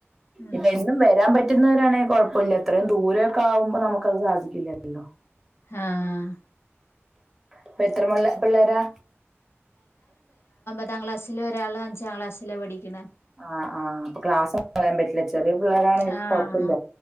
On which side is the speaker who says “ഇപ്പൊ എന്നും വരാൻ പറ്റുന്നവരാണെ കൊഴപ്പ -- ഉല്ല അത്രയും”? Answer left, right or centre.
Centre